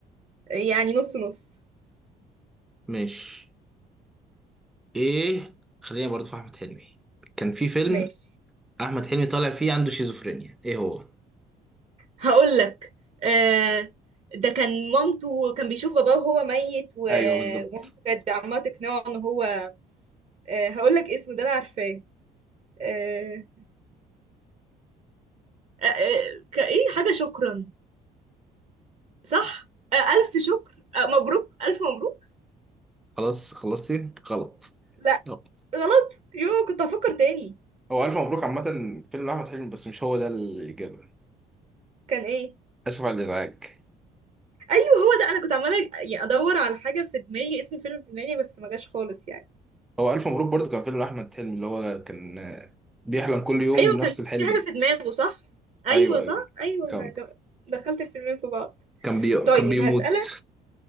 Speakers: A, on the right; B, in the centre.
A: يعني نص نص
B: ماشي ايه خلينا برضه في احمد حلمي كان في فيلم
A: ماشي
B: احمد حلمي طالع فيه عنده شيزوفرينيا ايه هو
A: هقول لك آه ده كان مامته كان بيشوف باباه وهو ميت و-
B: ايوه بالظبط
A: ومامته كانت عماله تقنعه ان هو آه هقول لك اسمه ده انا عارفاه آه آه آه، كايه حاجه شكرا صح آه الف شكر آه مبروك الف مبروك
B: خلاص خلصتي غلط
A: لا
B: لا
A: غلط يو كنت هفكر تاني
B: هو الف مبروك عامه فيلم احمد حلمي بس مش هو ده الاجابه
A: كان ايه
B: اسف على الازعاج
A: ايوه هو ده انا كنت عماله يعني ادور على حاجه في دماغي اسم الفيلم في دماغي بس ما جاش خالص يعني
B: هو الف مبروك برضو كان فيلم احمد حلمي اللي هو كان آه، بيحلم كل يوم
A: ايوه كان
B: نفس الحلم
A: في حاجه في دماغه صح ايوه
B: ايوه
A: صح
B: ايوه
A: ايوه
B: كان
A: انا جم- دخلت الفيلمين في بعض
B: كان بي...
A: طيب
B: كان بيموت
A: هسألك